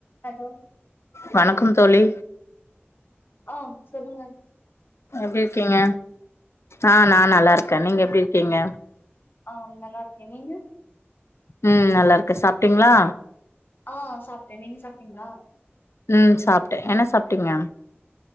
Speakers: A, on the left; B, on the left.
A: hello
B: வணக்கம் தோழி
A: ஆ சொல்லுங்க
B: எப்படி இருக்கீங்க ஆ நா நல்லா இருக்கே நீங்க எப்படி இருக்கீங்க
A: ஆ நல்லா இருக்கே நீங்க
B: ம் நல்லா இருக்க சாப்ட்டீங்களா
A: ஆ சாப்ட்டே நீங்க சாப்ட்டீங்களா
B: ம் சாப்ட்டே என்ன சாப்ட்டீங்க